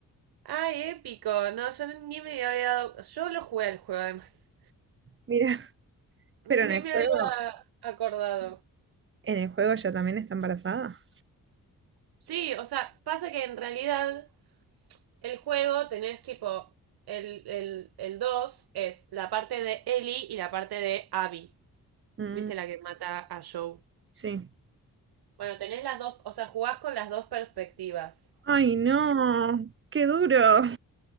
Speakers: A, on the right; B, on the right.
A: Ay, épico. No, yo ni me había dado. Yo lo jugué al juego, además.
B: Mira, pero en
A: Ni
B: el
A: me
B: juego,
A: había acordado.
B: en el juego ella también está embarazada.
A: Sí, o sea, pasa que en realidad el juego tenés tipo. El, el, el 2 es la parte de Ellie y la parte de Abby.
B: Mm,
A: ¿Viste la que mata a Joe?
B: sí.
A: Bueno, tenés las dos. O sea, jugás con las dos perspectivas.
B: Ay, no, qué duro.